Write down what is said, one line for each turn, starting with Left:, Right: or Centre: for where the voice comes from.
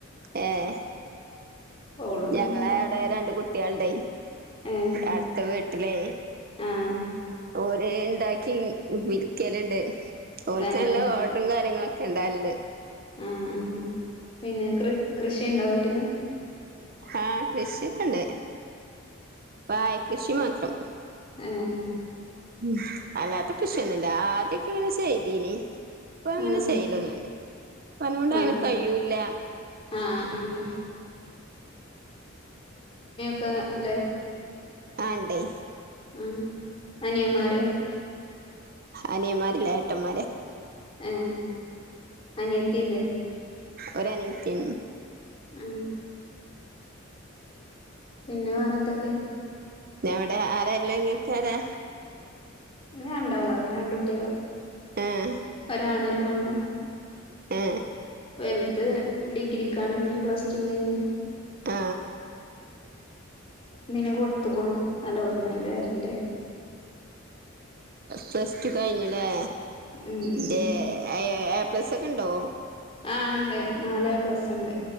Right: ഏഹ്
Left: ഓളങ്ങനെ
Right: ഞങ്ങളെവടെ
Left: ഇണ്ടാ
Right: രണ്ട് കു ട്ട്യാള്ണ്ടായി
Left: ഏഹ്
Right: അട്ത്ത വി ലെ
Left: ആഹ്
Right: ഓര് ഇണ്ടാക്കി വിൽക്കല്ണ്ട് ഓല്ക്കല്ലോ
Left: തന്നെ
Right: ഒഡാറും കാര്യങ്ങള ക്കെണ്ടാല്ണ്ട്
Left: ആ ആ പിന്നെ കൃ കൃഷ് ഷിണ്ടോ വീട്ട്ല്
Right: ആഹ് കൃഷിയൊക്കെണ്ട് വാഴകൃഷി മാത്രം
Left: ഏഹ്
Right: ഉം അല്ലാത്ത കൃഷിയൊന്നില്ല ആദ്യൊക്കെങ്ങനെ ചെയ്തിനി ഇപ്പം അങ്ങനെ
Left: ആഹ്
Right: ചെയ്യലൊന്നില്ല ഇപ്പനോട്
Left: ആഹ്
Right: അങ്ങനെ കയ്യൂല്ല
Left: ആഹ് ആഹ് ക്കെല്ലേ
Right: ആ ഇണ്ടേ
Left: ആ അനിയമാര്
Right: അനിയന്മാര്ല്ലേട്ടന്മാരാ
Left: ഏ അനിയത്തില്ലേ
Right: ഒരാനിയത്തിന്
Left: ആ പിന്നെ വേറെ എന്തൊക്കെ
Right: ഞ്ഞ്വ്ടെ ആരാള്ളേ ഇങ്ങക്കാരാ
Left: ഞ്ഞ് രണ്ടാളാ രണ്ടുട്ട്യാള്
Right: ആഹ്
Left: ഒരാണോര് പെണ്ണു
Right: ഏ
Left: വല്ത് ഡിഗ്രി കാണിഞ്ഞ് പ്ലസ് ടു കഴിഞ്ഞ്
Right: ആ
Left: ന്നിന് കൊട്ത്ത്ക്ക്ണു അലോട്ട്മെന്റ് വരണ്ടേ
Right: പ്ലസ് ടു കഴിഞ്ഞ്ല്ലേ
Left: ഉം
Right: ന്റെ
Left: ഉം
Right: <unintelligible> പ്ലസ്സൊക്കെണ്ടോ
Left: ആ ഇണ്ട് നാലെ പ്ലസ്ണ്ട്